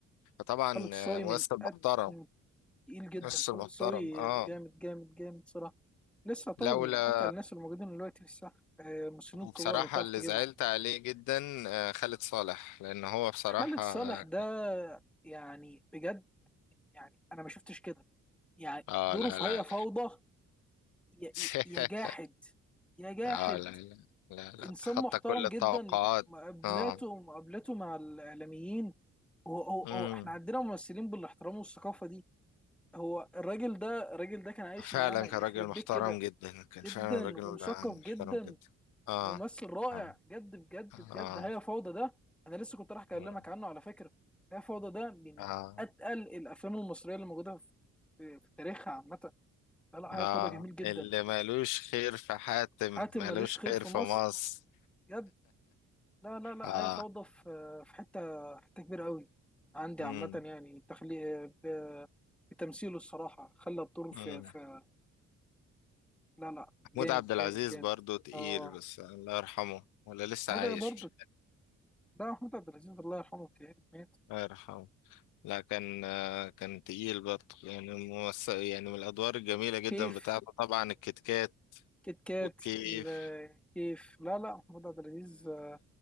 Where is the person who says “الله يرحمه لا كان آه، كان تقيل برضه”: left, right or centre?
Left